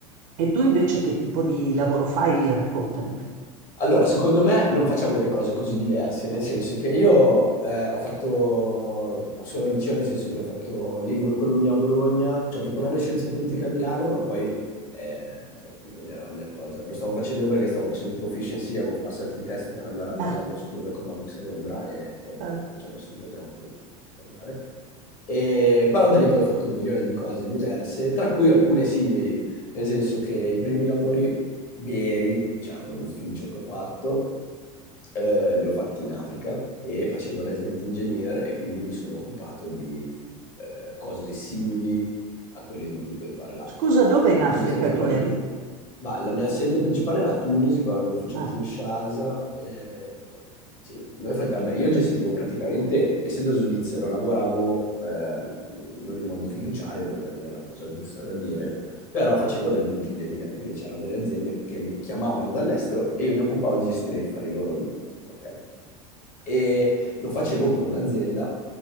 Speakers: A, on the right; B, on the left.
A: E tu invece che tipo di lavoro fai? Raccontami.
B: Allora, secondo me non facciamo delle cose così diverse, nel senso che io eh, ho fatto solo il liceo, nel senso che ho fatto lingua e economia a Bologna, cioè ho fatto un anno di scienze politiche a Milano, ma poi eh, non era la mia cosa. Lo stavo facendo perché stavo facendo il proficiency, avevo passato i test per andare alla
A: Ah,
B: London School of Economics a Londra e poi vabbè,
A: eh,
B: ci ho messo un po' troppo, non sono potuto andare. E, però da lì poi ho fatto un milione di cose diverse, tra cui alcune simili, nel senso che i primi lavori veri, diciamo, d'ufficio che ho fatto, eh, li ho fatti in Africa e facevo il resident engineer e quindi mi sono occupato di eh, cose simili a quelle di cui tu hai parlato,
A: scusa, dove
B: soprattutto
A: in Africa
B: dal punto di vista tecnologico.
A: tu eri?
B: Ma la mia sede principale era a Tunisi, poi avevo un ufficio
A: Ah,
B: a Kinshasa. eh, sì, noi face- vabbè, io gestivo praticamente, essendo svizzero, lavoravo eh, non in modo fiduciario, perché non è una cosa giusta da dire, però facevo da input engineer, quindi c'erano delle aziende che mi chiamavano dall'estero e io mi occupavo di gestire gli affari loro lì, ok? E lo facevo per un'azienda